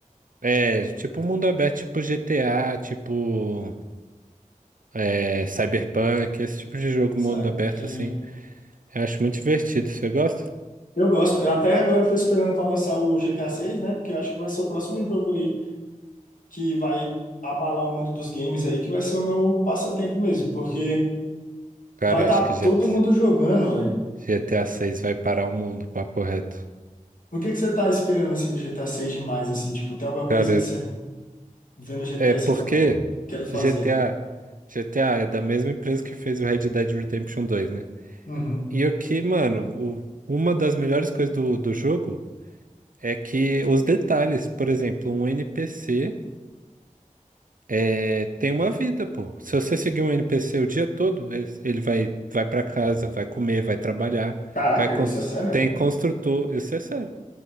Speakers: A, on the right; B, on the left.
A: É tipo um mundo aberto, tipo GTA, tipo é, Cyberpunk, esse tipo de jogo,
B: Sabe?
A: mundo aberto
B: Que
A: assim. Eu acho muito divertido. Você gosta?
B: eu gosto. Eu até agora eu tô esperando pra lançar o GTA seis né? Porque eu acho que vai ser o próximo jogo aí que vai abalar o mundo dos games aí, que vai ser o meu passatempo mesmo, porque
A: Cara,
B: vai estar
A: acho
B: tá
A: que
B: todo
A: GT
B: mundo jogando, velho.
A: GTA 6 vai parar o mundo, papo reto.
B: O que que você tá esperando assim do GTA seis demais assim, tipo, tem alguma coisa
A: Cara,
B: que você vê no GTA
A: é porque
B: e você fala, pô, quero fazer.
A: GTA, GTA é da mesma empresa que fez o Red Dead Redemption dois, né?
B: Uhum.
A: E o que, mano, o- uma das melhores coisas do, do jogo É que os detalhes, por exemplo, um NPC é, tem uma vida, pô. Se você seguir um NPC o dia todo, es- ele vai, vai para casa, vai comer, vai trabalhar,
B: Caraca,
A: vai cons-
B: isso é sério?
A: tem construtor, isso é sério.